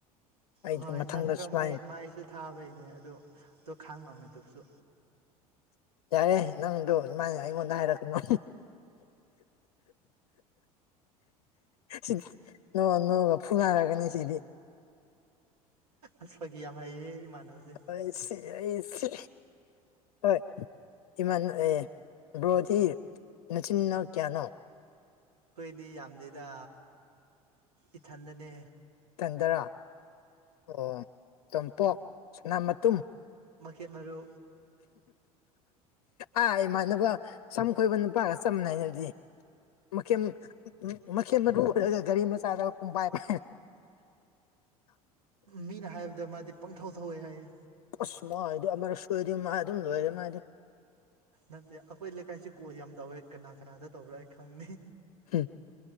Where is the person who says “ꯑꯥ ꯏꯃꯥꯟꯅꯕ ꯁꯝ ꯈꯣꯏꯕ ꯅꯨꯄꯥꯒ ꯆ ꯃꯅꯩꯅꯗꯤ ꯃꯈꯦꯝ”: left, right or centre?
Left